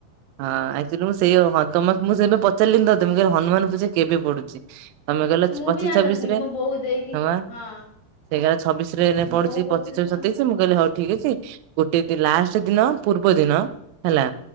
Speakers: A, on the right; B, on the left.
A: ହଁ ଆକଚୁଆଲି ମୁଁ ସେଇଆ ହଁ ତମକୁ ମୁଁ ସେ ପଚାରିଲିନି ତତେ ମୁଁ କହିଲ ହନୁମାନ ପୂଜା କେବେ ପଡୁଛି। ମାମା କହିଲେ
B: ମୁଁ
A: ପଚିଶ
B: ବି ଜାଣିନଥିଲି
A: ଛବିଶ ରେ
B: ମୋ ବୋଉ ଦେଇକି
A: ମାମା।
B: ହଁ
A: ଦେଖିଲା ବେଳକୁ ଛବିଶରେ ଏଇନା ପଡୁଛି
B: ବୋଉ କହୁଥିଲା
A: ପଚିଶି ଛବିଶି ସତେଇଶି ମୁଁ ମୁଁ କହିଲି ହଉ ଠିକ ଅଛି ଗୋଟେ ଲାଷ୍ଟ ଦିନ ପୂର୍ବ ଦିନ ହେଲା